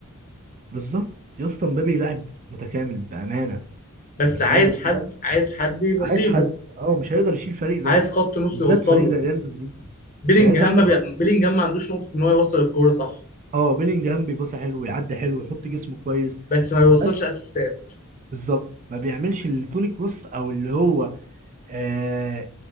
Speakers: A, on the right; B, on the left.
A: بالظبط يا اسطى مبابي لاعب متكامل بامانه
B: بس
A: الراجل
B: عايز حد
A: ده
B: عايز حد يبصيله
A: عايز حد اه مش هيقدر يشيل فريق لوحده
B: عايز خط نص
A: بالذات
B: يوصل
A: فريق
B: له
A: زي ريال مدريد
B: بيلينجهام
A: يعني انت عندك
B: ما بي...
A: خط
B: بيلينجهام ما عندوش نقطه ان هو يوصل الكوره صح
A: اه بيلينجهام بيباصي حلو ويعدي حلو ويحط جسمه كويس
B: بس ما بيوصلش
A: بس
B: اسيستات
A: بالظبط ما بيعملش اللي توني كروس او اللي هو آه